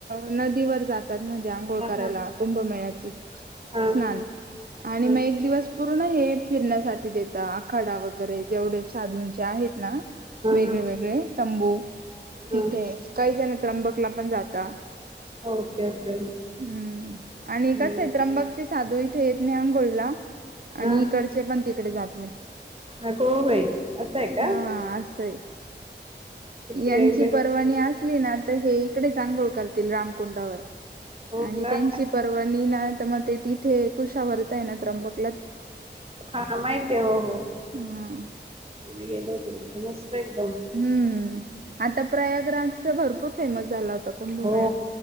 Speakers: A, on the right (about 55°); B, on the right (about 30°).
A: नदीवर जात म्हणजे आंघोळ
B: हा
A: करायला,
B: हा हा
A: कुंभमेळ्यात
B: हा
A: स्नान. आणि
B: हा
A: मग, एक दिवस पूर्ण हे फिरण्यासाठी देता, आखाडा वगैरे जेवढे साधूंचे आहेत ना, वेगळे
B: हा
A: वेगळे, तंबू,
B: हा
A: तिथे, काही जण, त्र्यंबकला पण जाता.
B: ओके ओके
A: हम्म आणि
B: हं.
A: कसय, त्रंबकचे साधू इथे येत नाही, आंघोळीला. आणि
B: हां
A: इकडचे पण तिकडे जात नाही,
B: अगो बाई असं आहे का
A: हा असंय.
B: किती
A: यांची
B: वेगवेगळ
A: परवानी असली ना, त हे इकडे आंघोळ करतील, रामकुंडावर.
B: हो
A: आणि
B: का
A: त्यांची परवणी ना, त म ते तिथे कुशा वरतय ना, त्र्यंबक
B: हा माहिते, हो हो.
A: हा
B: आणि गेलो होतो तथे, मस्त एकदम.
A: हम्म आता प्रयागराजचा, भरपूर फेमस झाला होता, कुंभमेळा.
B: हो